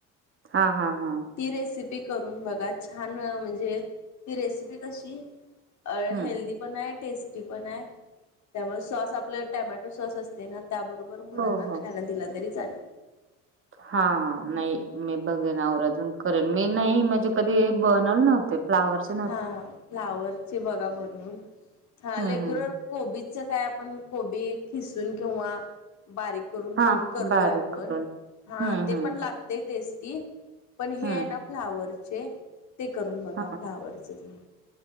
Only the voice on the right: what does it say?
हा हा हा
हम्म
हो हो
हा. नाही मी बघेन औराजून करेन. मी नाही म्हणजे कधी हे बनवल नव्हत फ्लावर्स-
हम्म
हम्म
हा
बारीक
करून
हम्म
हम्म
हम्म
हा